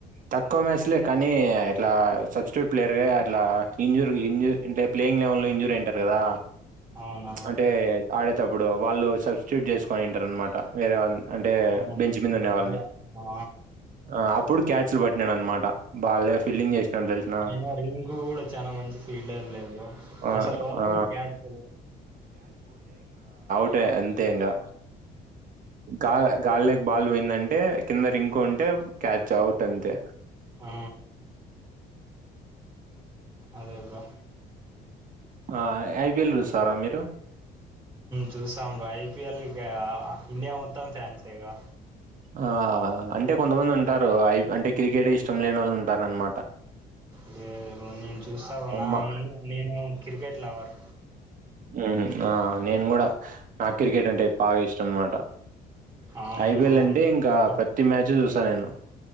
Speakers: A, on the right; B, on the right.
A: తక్కువ మ్యాచ్లే కానీ ఇట్లా సబ్స్ట్యూట్ ప్లేయర్ గా అట్లా ఇంజురు ఇంజూరు ప్లేయింగ్ గ్ లెవల్లో ఇంజూర్ అయింటారుగ దా
B: అవునవును
A: అంటే ఆడ ప్పుడు వాళ్ళు సబ్స్టిట్యూట్ చేసుకనింటారు అనమాట వేరే అంటే
B: అవును
A: బెంచ్ మింద
B: బ్రో
A: ఉండేవాళ్ళని
B: అదే ఆ
A: ఆ అప్పుడు పట్నాడు అనమాట బాలే ఫీల్డింగ్ చేసినాడు తెలిసిన
B: అయినా రింగ్ కూడా చాలా మంచి ఫీల్డర్ లేదు
A: ఆ
B: అసలు వదండి
A: ఆ
B: క్యాచ్లు
A: అంటే అంతే ఇంగా గ గాలలేక బాల పోయింది అంటే కింద రింకు అంటే క్యాచ్ అవుట్ పట్టంతే
B: ఆ అదే బ్రో
A: ఆ ఐపి ఎల్ సారా మీరు
B: చూసాం రా ఐపిఎల్గా ఇండియా మొత్తం ఫ్యాన్సేగా
A: ఆ అంటే కొంతమంది ఉంటారు ఐ అంటే క్రికెట్ ఇష్టం లేని వాళ్ళు ఉంటారు అనమాట
B: లే నేను చూస్తావు నా
A: మా
B: నే నేను క్రికెట్ లవర్
A: హ్మ్. ఆ నేను కూడా నాకు క్రికెట్ అంటే బాగా ఇష్టం అనమాట
B: అవును
A: ఐపిఎల్
B: బ్రో
A: అంటే
B: నేను
A: ఇంకా
B: చూస్తా
A: ప్రతి మ్యాచ్ చూస్ స్త నేను